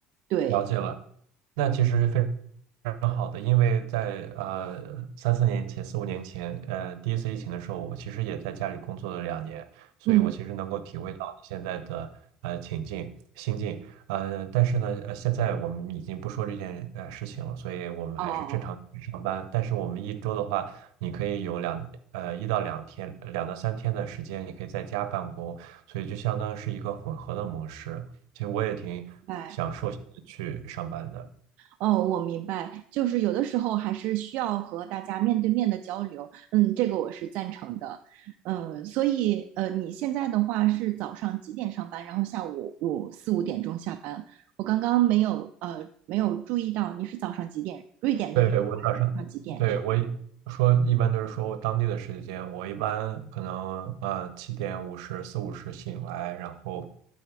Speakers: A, on the right; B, on the right.
A: 对，
B: 了解了。那其实非蛮好的，因为在呃三四年前、四五年前，呃第一次疫情的时候，我其实也在家里工作了两年，所以我其实能够体会到你现在的呃情境、
A: 嗯，
B: 心境。呃，但是呢，呃现在我们已经不说这件呃事情了，所以我们还是正常去上班。
A: 哦，
B: 但是我们一周的话，你可以有两呃一到两天、两到三天的时间，你可以在家办公，所以就相当是一个混合的模式。其实我也挺享受去上班的。
A: 明白。哦，我明白，就是有的时候还是需要和大家面对面的交流，嗯，这个我是赞成的，嗯，所以呃，你现在的话是早上几点上班，然后下午五四五点钟下班？我刚刚没有呃没有注意到你是早上几点，瑞典那边
B: 对，我早上，
A: 早上几点上？
B: 对，我一说一般都是说当地的时间，我一般可能呃七点五十四五十醒来，然后